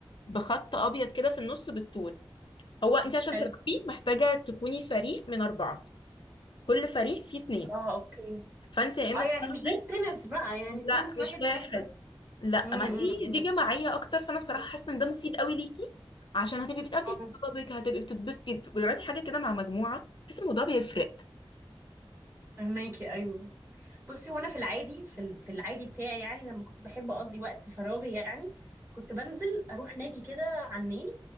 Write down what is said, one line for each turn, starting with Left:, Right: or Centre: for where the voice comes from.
Left: بخط ابيض كده في النص بالطول هو انت عشان
Right: حلو
Left: تلعبيه محتاجة تكوني فريق من اربعة كل فريق فيه اتنين
Right: اه اوكي
Left: فانت يا اما
Right: اه يعني
Left: بتاخدي
Right: مش زي التنس بقى يعني التنس
Left: لا
Right: واحد
Left: مش واحد
Right: وواحد بس
Left: لا
Right: امم
Left: ما
Right: أمم،
Left: دي
Right: أمم.
Left: دي جماعيه اكتر فانا بصراحه حاسه ان ده مفيد قوي ليكي عشان هتبقي بتقابلي
Right: اه
Left: صحابك هتبقي بتتبسطي بتجربي حاجه كده مع مجموعه بحس الموضوع بيفرق
Right: فهماكي ايوه بصي وانا في العادي في ال- في العادي بتاعي يعني لما كنت بحب اقضي وقت فراغي يعني كنت بنزل اروح نادي كده على النيل